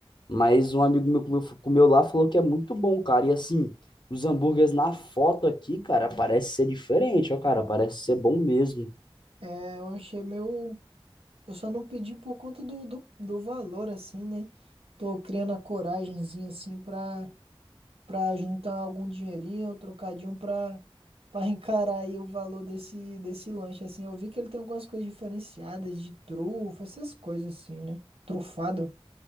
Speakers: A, on the left (about 50°); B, on the right (about 80°).
A: Mas um amigo meu comeu, comeu lá falou que é muito bom, cara. E assim, os hambúrgueres na foto aqui, cara, parece ser diferente, ó, cara, parece ser bom mesmo.
B: É, eu achei meio. Eu só não pedi por conta do, do, do valor, assim, né? Tô criando a coragemzinha, assim, pra pra juntar algum dinheirinho, trocadinho pra, pra encarar aí o valor desse desse lanche assim. Eu vi que ele tem algumas coisas diferenciadas de trufa, essas coisas assim, né? Trufado.